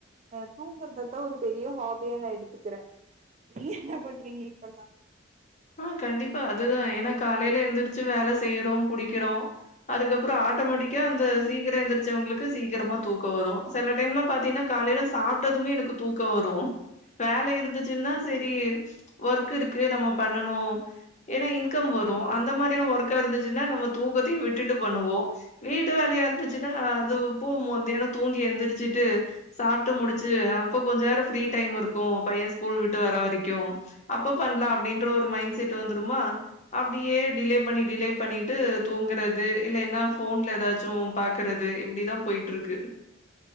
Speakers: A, on the right; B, on the left.
A: ஆ தூங்கறதத்தா ஒரு பெரிய ஹாபியா நா எடுத்துக்கற நீங்க என்ன பண்றீங்க இப்பல்லா
B: அ கண்டிப்பா அதுதா ஏன்னா காலலேல எந்திரிச்சு வேல செய்யறோ புடிக்கறோ அதுக்கப்ற ஆட்டோமெட்டிக்கா அந்த சீக்கிர எந்திரிச்சவங்களுக்கு சீக்கிரமா தூக்க வரு சில டைம்ல பாத்தீன்னா காலேல சாப்ட்டதுமே எனக்கு தூக்கோ வரு வேல இருந்துச் ச்சின்னா
A: ஐயையோ
B: சரி ஒர்க் இருக்கு நம்ம பண்ணணு ஏனா இன்கம் வரோ அந்த மாரியான ஒர்க்கா இருந்துச்சுன்னா நம்ம தூக்கத்த விட்டுட்டு பண்ணுவோ வீட்டு வேலையா இருந்துச்சுன்னா அது போகும் மத்தியானோ தூங்கி எந்திரிச்சுட்டு சாப்ட்டு முடிச்சு அப்போ கொஞ்ச நேரோ ஃப்ரீ டைமு இருக்கு பைய ஸ்கூல் விட்டு வர வரைக்கு அப்ப பண்ணலா அப்டீன்ற ஒரு மைண்ட் செட் வந்துடுமா அப்டியே டிலே பண்ணி டிலே பண்ணிட்டு தூங்குறது இல்லைன்னா ஃபோன்ல ஏதாச்சு பாக்குறது இப்டிதா போயிட்ருக்கு